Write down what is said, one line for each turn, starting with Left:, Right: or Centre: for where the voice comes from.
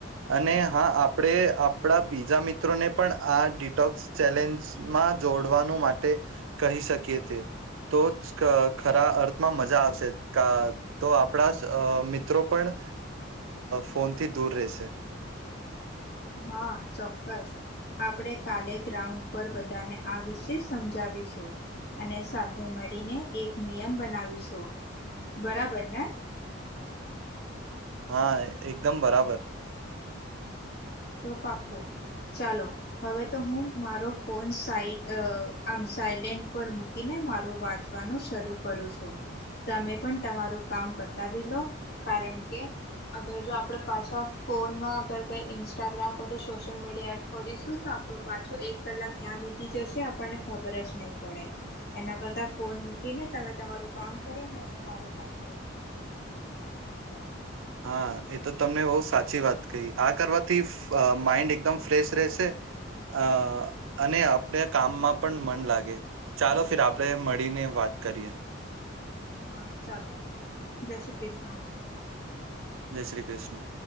Right: અને હા આપણે આપણા બીજા મિત્રોને પણ આ ડિટોક્સ ચેલેન્જમાં જોડવાનું માટે, કહી શકીએ છે, તો જ ખરા અર્થમાં મજા આવશે. તો આપણા મિત્રો પણ, ફોનથી દૂર રહેશે.
Left: હા ચોક્કસ, આપડે કાલે ગ્રાઉન્ડ પર બધાને આ વિશે સમજાવીશું, અને સાથે મળીને એક નિયમ બનાવીશું, બરાબર ને.
Right: હા એએકદમ બરાબર.
Left: તો પાકુ, ચાલો હવે તો હું મારો ફોન સાઈ આમ સાયલેન્ટ પર મૂકીને મારું વાંચવાનું શરૂ કરું છું, તમે પણ તમારું કામ બતાવી લો, કારણ કે અગર જો આપણે પાછા ફોનમાં અગર કઈ ઇન્સ્ટાગ્રામ તો સોશયલ મીડિયા એપ ખોલીશું તો આપડો પાછો એક કલાક ક્યાં વીતી જશે આપણને ખબર જ નહી પડે, એના કરતા ફોન મૂકીને તમે તમારું કામ કરો હું હું મારું કામ કરું.
Right: હા એ તો તમને બહુ સાચી વાત કહી આ કરવાથી માઈન્ડ એકદમ ફ્રેશ રહેશે, અ અને આપણે કામમાં પણ મન લાગે, ચાલો ફીર આપણે મળીને વાત કરીએ.
Left: હા ચાલો, જશ કૃષ્ણ.
Right: જય શ્રી કૃષ્ણ.